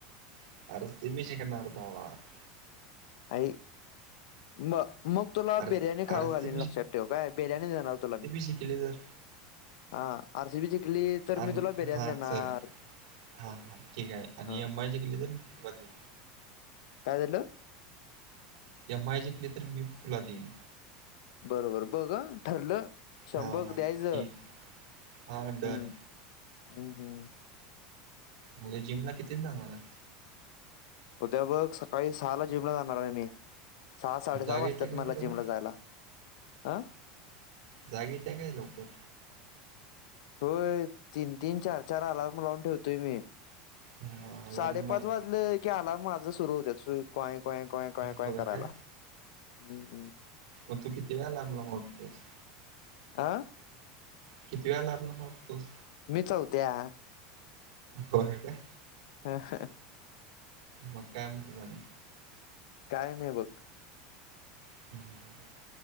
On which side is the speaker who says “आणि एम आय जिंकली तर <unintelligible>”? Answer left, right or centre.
Right